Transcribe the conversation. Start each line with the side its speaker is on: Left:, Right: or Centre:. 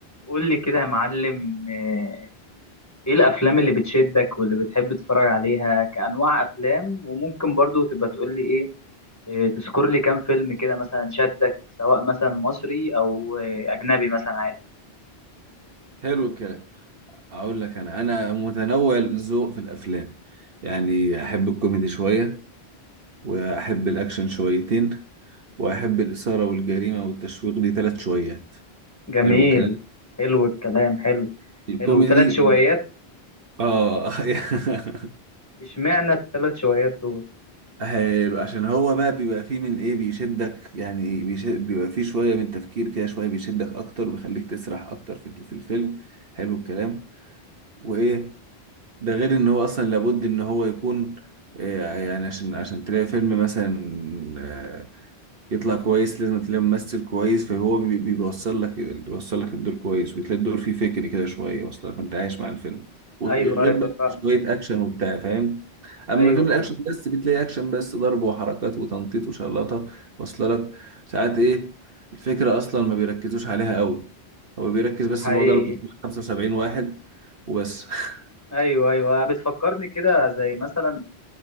Left: قول لي كده يا معلم آه، ايه الافلام اللي بتشدك واللي بتحب تتفرج عليها كانواع افلام وممكن برضو تبقى تقول لي ايه آه، تذكر لي كام فيلم كده مثلا شدك سواء مثلا مصري او آه، اجنبي مثلا عادي
Right: حلو الكلام اقول لك انا انا متنوع الذوق في الافلام يعني احب الكوميدي شويه واحب الاكشن شويتين واحب الاثاره والجريمه والتشويق دي ثلاث شويات
Left: جميل
Right: حلو الكلام
Left: حلو الكلام حلو
Right: الكوميدي
Left: حلو ثلاث شويات
Right: اه <laughs>
Left: اشمعنى الثلاث شويات دول
Right: حلو عشان هو بقى بيبقى فيه من ايه بيشدك يعني بيشد بيبقى فيه شويه من تفكير كده شويه بيشدك اكتر وبيخليك تسرح اكتر في في الفيلم حلو الكلام وايه ده غير ان هو اصلا لابد ان هو يكون آه، يعني عشان عشان تلاقي فيلم مثلا آه، يطلع كويس لازم تلاقي ممثل كويس فهو بي- بي- بيوصل لك بيوصل لك الدور كويس وتلاقي الدور فيه فكر كده شويه اصلا فانت عايش مع الفيلم وغير
Left: ايوه ايوه
Right: بقى
Left: فاهمك
Right: شويه اكشن وبتاع فاهم اما
Left: ايوه
Right: فيلم الاكشن
Left: ايوه
Right: بس بتلاقي اكشن بس ضرب وحركات وتنطيط وشلطه واصله لك ساعات ايه الفكره اصلا ما بيركزوش عليها قوي هو بيركز
Left: ده
Right: بس
Left: حقيقي
Right: ان هو ضرب 375 واحد وبس <laughs>
Left: ايوه ايوه بتفكرني كده زي مثلا